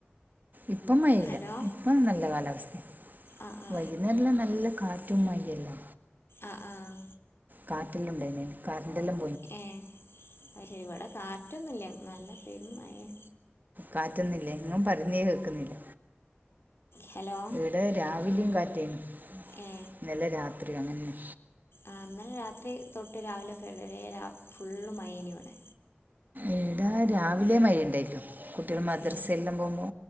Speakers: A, on the right (about 50°); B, on the left (about 80°).
A: ഇപ്പം മഴയില്ല,
B: ഹലോ
A: ഇപ്പം നല്ല കാലാവസ്ഥയ
B: ആ ആ
A: വൈകുന്നേരല്ലാം നല്ല കാറ്റ് റ്റും മയ്യും ല്ലേ
B: അഹ് ആഹ്
A: കാറ്റെല്ലൊണ്ടേന്നെയ്ന് കര്ന്റെല്ലം
B: ഏഹ് അത് ശരി വടെ കാറ്റൊന്നുല്യ. നല്ല പെരു മഴേനി
A: കാറ്റൊന്നില്ലേ ങ്ങ പറിയ്ന്നേ കേക്കുന്നില്ല.
B: ഹലോ
A: ഇടെ രാവില്യും കാറ്റെനി
B: ഏ
A: ന്നലെ രാത്രി അങ്ങന്നെ
B: ആഹ് ന്നലെ രാത് രാത്രി തൊട്ട് രാവിലെ <unintelligible> ഫുള്ള് മയേനിവടെ.
A: ഈടാ രാവിലെ മഴണ്ടായില്ലു. കുട്ടികൾ മദ്രസയെല്ലാം
B: ഏ
A: പോകുമ്പോ